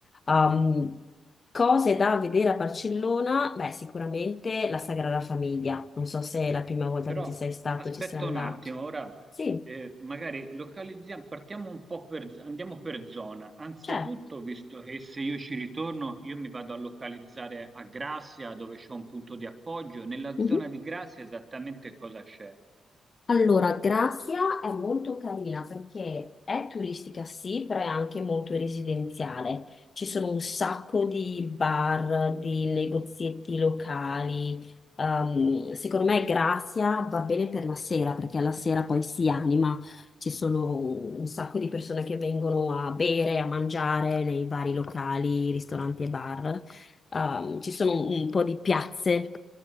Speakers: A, on the left; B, on the right.
A: Um, cose da vedere a Barcellona? Beh, sicuramente la Sagrada Famiglia. Non so se è la prima volta
B: Però
A: che ci sei stato,
B: aspetta
A: ci sei andato.
B: un attimo, ora
A: Sì,
B: eh, magari localizziamo, partiamo un po' per, andiamo per zona. Anzitutto,
A: certo.
B: visto che se io ci ritorno, io mi vado a localizzare a Grazia, dove c'è un punto di appoggio. Nella
A: Mhm.
B: zona di Grazia esattamente cosa c'è?
A: Allora, Grazia è molto carina perché è turistica sì, però è anche molto residenziale. Ci sono un sacco di bar, di negozietti locali. Ehm, secondo me Grazia va bene per la sera perché alla sera poi si anima. Ci sono un sacco di persone che vengono a bere, a mangiare nei vari locali, ristoranti e bar. Ehm, ci sono un po' di piazze,